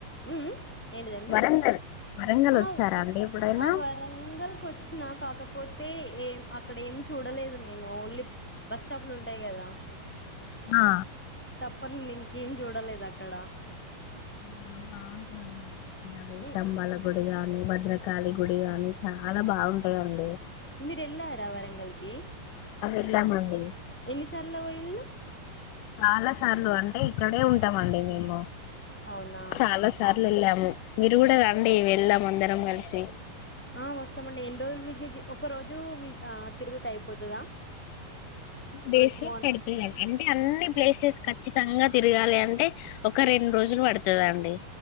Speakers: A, in the centre; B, on the left.
A: ఊ ఊ ఏంటదండి
B: వరంగల్ వరంగల్
A: ఆ
B: వచ్చారా అండి ఎప్పుడైనా
A: ఆ వరంగల్ కొచ్చినా కాకపోతే ఏం అక్కడ ఏం చూడలేదు నేను ఓన్లీ బస్ స్టాప్లు ఉంటాయి కదా
B: ఆ
A: ప్పన్ ఇంకేం చూడలేదు అక్కడ
B: ఔనా బావుంటది <inaudible> నాయి
A: హ్మ్.
B: తంబల గుడిగా ఊ భద్రకాళి గుడి గాని చాలా బావుంటాయండి
A: మీరెళ్ళారా వరంగల్ కి
B: ఎళ్ళామండి
A: ఎన్నిసార్లు వొయిల్లు
B: చాలా సార్లు అంటే ఇక్కడే ఉంటామండి మేము
A: అవునా!
B: చాలా సార్లు ఎళ్ళాం ఊ మీరు కూడా రండి వెళ్ళాం అందరం కలిసి
A: ఆ వస్తామండి ఎన్ని రోజులు విజిట్ ఒక్క రోజు వి ఆ తిరుగుత అయిపోతదా ఒకరోజు
B: బేసి
A: మార్న్
B: పెడుతేయల్ అంటే అన్ని ప్లేసెస్ ఖచ్చి నిష్టంగా తిరగాలి అంటే ఒక రెండు రోజులు పడతదండి